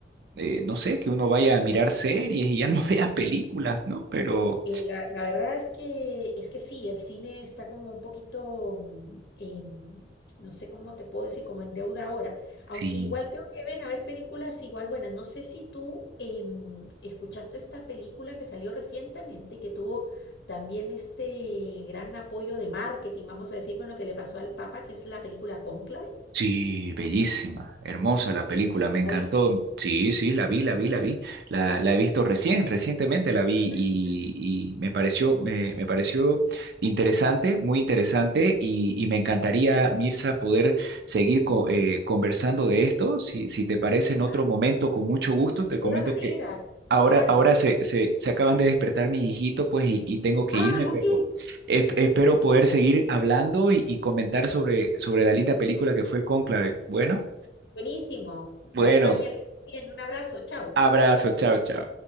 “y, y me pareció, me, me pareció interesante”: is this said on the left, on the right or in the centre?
Right